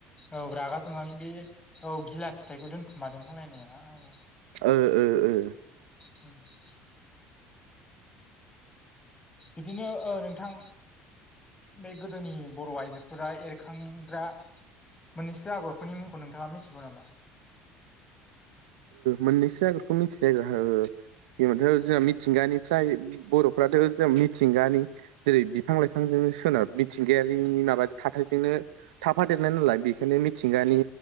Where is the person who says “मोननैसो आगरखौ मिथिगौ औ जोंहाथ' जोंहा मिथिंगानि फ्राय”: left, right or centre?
Right